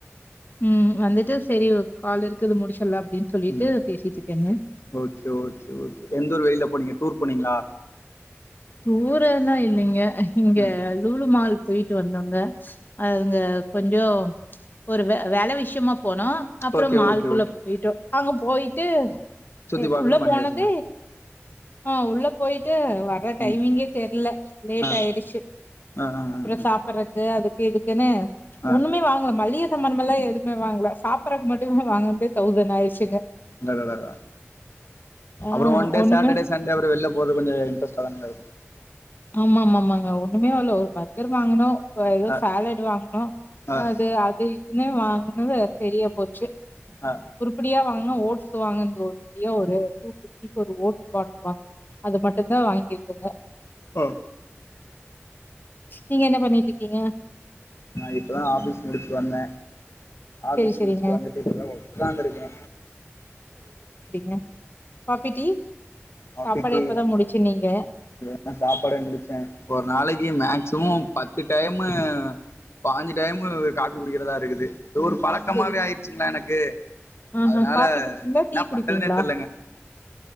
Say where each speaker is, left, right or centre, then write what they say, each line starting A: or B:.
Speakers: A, on the left; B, on the left.
A: உம் வந்துட்டு செரி கால் இருக்குது முடிச்சிடலா அப்டின்னு சொல்லிட்டு
B: உம்
A: பேசிட்டு இருக்கேங்க
B: ஓகே ஓகே ஓகே எந்த ஊரு வெளில போனீங்க டூர் போனீங்களா
A: டூரெல்லா இல்லைங்க இங்க
B: ம்
A: லூலுமால் போயிட்டு வந்தோங்க அ அங்க கொஞ்சம் ஒரு வே வேல விஷியமா போனோ அப்புறோ
B: ஓகே
A: மால்குள்ள
B: ஓகே ஓகே
A: போயிட்டோ அங்க போயிட்டு
B: சுத்தி
A: கே
B: பாக்கணு
A: உள்ள
B: மணி
A: போனதே
B: ஆயிடுச்சுங்க
A: ஆஹ் உள்ள போயிட்டு வ டைமிங்கே
B: ம்
A: தெர்ல லேட்
B: ஆ
A: ஆய்டுச்சு
B: ஆ ஆ
A: அப்றோ
B: ஆ
A: சாப்பட்றக்கு அதுக் எதுக்குனு
B: ஆ
A: ஒண்ணுமே வாங்கல மல்லிய சாமன்மெல்லா எடுத் மே வாங்கல சாப்பறக்கு மட்டும வாங்கன்தே தௌசன் ஆய்டுச்சுங்க.
B: அடடடா
A: ஆ
B: அப்புறோ ஒன்டே
A: ஒண்ணுமே
B: சேட்டர்டே சண்டே அப்பறோ வெள்ல போறது கொஞ்சோ இன்ட்ரெஸ்டாதாங்க இருக்கு
A: ஆமா ஆமா ஆமாங்க. ஒண்ணுமே வாங்ல ஒரு பர்கர் வாங்குனோ வேற
B: ஆ
A: சாலட் வாங்குனோ
B: ஆ
A: அது அது இதுமே வாங்கினது செரியா போச்சு.
B: ஆ
A: உருப்பிடியா வாங் னு ஓட்ஸ் வாங்கன்து உருப்படியா ஒரே ஒரு சித்திக்கு ஒரு ஓட்ஸ் பாக்ஸ் வாங் அது மட்டுந்தா வாங்கிருக்குங்க.
B: அ
A: நீங்க என்ன பண்ணிட்ருக்கீங்க?
B: நா இப்பதா ஆஃபீஸ் முடிச்சு வந்தே ஆஃபீஸ்
A: செரி செரிங்க
B: முடுச்சுட்டு வந்துட்டு இப்பதா ஒக்காந்திருக்கே
A: ன காஃபி டீ
B: காஃபி
A: சாப்பாட
B: டீ
A: இப்பதா முடிச்சுன்னீங்க
B: இப்பதா சாப்பாடே முடிச்ச ஒரு நாளைக்கு மேக்சிமம் பத்து டைமு பாஞ்சு டைமு காஃபி குடிக்கிறதா இருக்குது‌ தோ ஒரு பழக்கமாவே
A: சரி
B: ஆயிருச்சுங்ளா எனக்கு
A: ஆஹா
B: அதனால
A: காஃபி குடிப்பீங்களா
B: இன்னா
A: டீ குடிப்பீங்களா
B: பண்றதனே தெர்லங்க